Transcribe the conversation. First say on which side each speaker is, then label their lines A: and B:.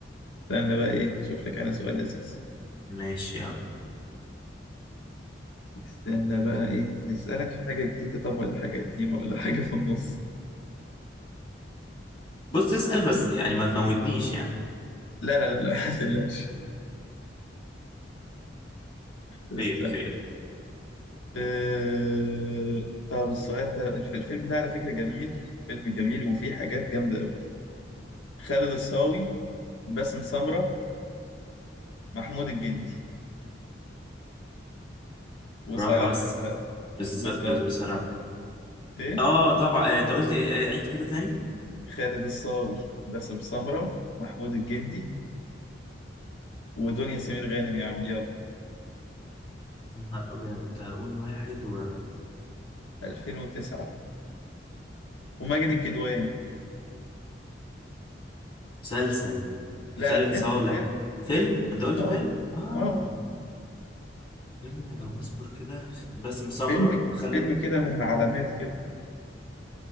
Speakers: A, on the left; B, on the left.
A: استنى بقى ايه شوف لك انا سؤال لذيذ
B: ماشي يلا
A: استنى بقى ايه نسألك في حاجة جديدة طب ولا حاجة قديمة ولا حاجة في النص
B: بص اسال بس يعني ما تموتنيش يعني
A: لا لا لا لا <laughs> ما تقلقش استنى
B: خير خير
A: أه... طب السؤال ده الف- الفيلم ده على فكرة جميل فيلم جميل وفيه حاجات جامدة أوي خالد الصاوي باسم سمرة محمود الجندي وصلاح
B: براحه بس
A: آه،
B: بس
A: وصلاح
B: بس- بصراحه
A: إيه
B: اه طبعا آه، انت قلت آه، عيد كده تاني
A: خالد الصاوي باسم سمرة محمود الجندي ودنيا سمير غانم يا عم يلا
B: يا نهار ابيض كنت هقول واحد و
A: 2009 وماجد الكدواني
B: مسلسل في
A: لا
B: خالد
A: لا فيلم
B: صالح
A: فيلم
B: فيلم
A: فيلم
B: انت قلت
A: اه
B: فيلم اه
A: اه آه.
B: فيلم ده بصبر كده باسم سمرة
A: فيلم
B: وخالد
A: فيلم كده من العلامات كده